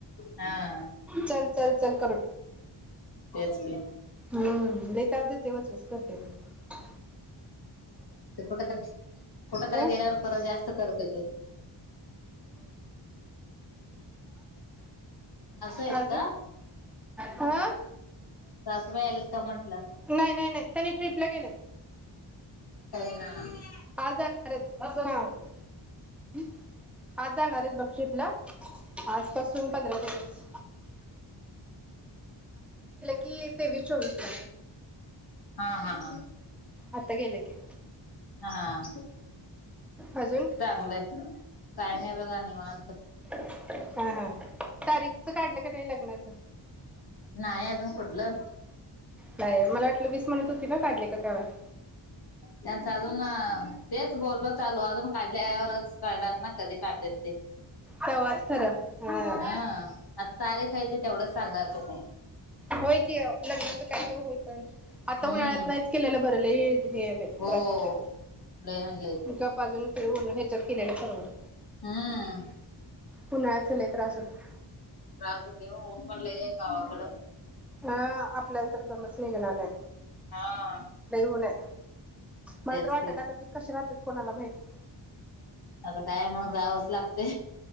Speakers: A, on the left (about 55°); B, in the centre.
A: हा
B: चल चल चल करून.
A: तेच की,
B: हम्म लई ताप देतय वचवच करतय बघ.
A: ते कुठं तर कुठं तरी
B: ह
A: गेल्यावर खरं जास्त करत्याती. आहेत
B: अजून
A: का
B: हां.
A: सासूबाई आलत. सोमवारी
B: नाही नाही नाही. त्यांनी ट्रिपला गेलेत.
A: हां.
B: आज जाणार आहेत हां. आज जाणार आहेत बग ट्रीपला आजपासून पंधरा दिवस कि तेवीस चोवीस ला.
A: हा हा हा.
B: अता गेले की,
A: हाआ.
B: अजून
A: चांगलंय. काय नाही बघा निवांत.
B: हा हा. तारीखच काढलं का नाही लग्नाच
A: नाही अजून कुठलं
B: नाही मला वाटलं वीस म्हनत होती ना काडली का काय वाटल.
A: त्यांचं अजून तेच बोललो चालू अजून काढल्यावरच कळणार ना कधी काढतात ते
B: तेव्हाच. खरं हां
A: हा आता तारीख आहे ते तेवढंच सांगणार त्यांनी
B: व्हय की आओ लग्नाचं काही यो होईपर्यंत आता उन्हाळ्यात
A: हम्म
B: नाहीच केलेलं ब बर लई. हे हाय बाई
A: हो
B: त्रास होतय
A: लय म्हणजे लयच
B: ते गप अजून ते उन्ह हेच्यात केल्यालं परवडतय.
A: हम्म
B: उन्हाळ्याच लई त्रास व्हतोय.
A: त्रास होतय ओ उन पडलं आहे गावाकडं.
B: हा आपल्याला तर दमसणी घेणार नाही
A: हा
B: लय ऊन आहे. मला
A: तेच
B: तर वाटत
A: की
B: राहात ते कश राहत्यात. कोणाला माहिती
A: आता काय मग जावंच लागते.